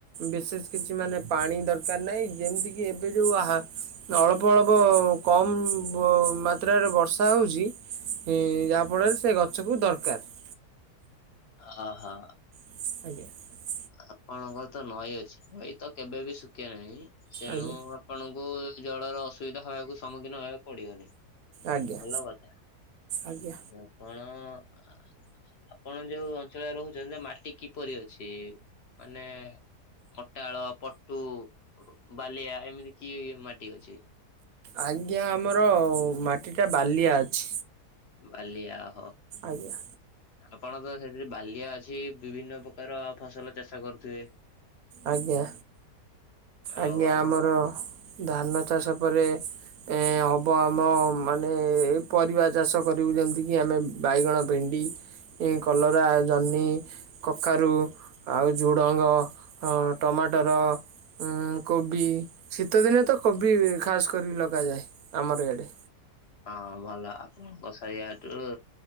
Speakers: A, on the right (about 70°); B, on the left (about 50°).
A: ବିଶେଷ କିଛି ମାନେ ପାଣି ଦରକାର ନାହିଁ ଯେମିତି କି ଏବେ ଯୋଉ ଅଳ୍ପ ଅଳ୍ପ କମ୍ ମାତ୍ରାରେ ବର୍ଷା ହଉଚି ହଁ ଯାହା ଫଳରେ ସେ ଗଛକୁ ଦରକାର।
B: ହ ହଁ।
A: ଆଜ୍ଞା।
B: ଆପଣଙ୍କର ତ ନଈ ଅଛି ନଈ ତ କେବେ ବି ଶୁଖେ ନାହିଁ ତେଣୁ
A: ଆଜ୍ଞା
B: ଆପଣଙ୍କୁ ଜଳର ଅସୁବିଧା ହେବାକୁ ସମ୍ମୁଖୀନ ହେବାକୁ ପଡିବନି।
A: ଆଜ୍ଞା
B: ଭଲକଥା
A: ଆଜ୍ଞା।
B: ଆପଣ ଆ - ଆ - ଆପଣ ଯେଉଁ ଅଞ୍ଚଳରେ ରହୁଚନ୍ତି ମାଟି କିପରି ଅଛି? ମାନେ ଅଟାଳ, ପଟୁ, ବାଲିଆ ଏମିତି କିଏ ମାଟି ଅଛି?
A: ଆଜ୍ଞା ଆମର ମାଟି ଟା ବାଲିଆ ଅଛି।
B: ବାଲିଆ ଓହୋ
A: ଆଜ୍ଞା।
B: ଆପଣ ତ ସେଥିରେ ବାଲିଆ ଅଛି, ବିଭିନ୍ନ ପ୍ରକାର ଫସଲ ଚାଷ କରୁଥିବେ?
A: ଆଜ୍ଞା
B: ଆଉ
A: ଆଜ୍ଞା
B: ଆପଣ
A: ଆମର ଧାନ ଚାଷ ପରେ ଏ ହବ ଆମ ମାନେ ପରିବା ଚାଷ କରିବୁ ଯେମିତିକି ଆମେ ବା ଇଗଣ, ଭେଣ୍ଡି ଏ କଲରା, ଜହ୍ନି, କକାରୁ ଆଉ ଝୁଡ଼ଙ୍ଗ ହଁ ଟମାଟର ଉଁ କୋବି ଶୀତଦିନେ ତ କୋବି ଖାସ୍ କରି ଲଗାଯାଏ ଆମର ଇଆଡ଼େ।
B: ହଁ ଭଲ ଆପଣଙ୍କ ସୟାଆଠୁ ରୁ